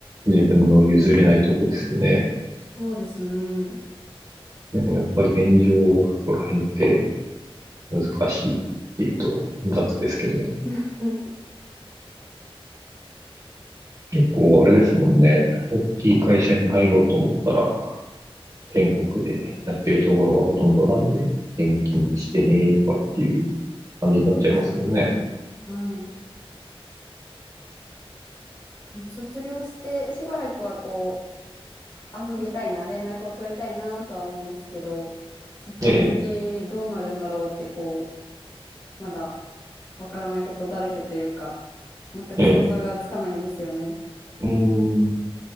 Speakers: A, on the right; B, on the left.
A: う、自分の譲れないとこですよね。
B: そうですね。
A: でもやっぱり現状、そこら辺って難しいっていうと雑ですけど、
B: <laughs>
A: 結構あれですもんね。大きい会社に入ろうと思ったら、全国でやっているところがほとんどなんで、転勤してねとかっていう感じになっちゃいますもんね。
B: そうですよね。はい。もう卒業してしばらくはこう遊びたいな、連絡を取りたいなとは思うんですけど、そこから先どうなるんだろうってこ
A: ね
B: う、まだわからないことだらけというか、全く想像がつかないんですよね。
A: え、ねえ。うーん、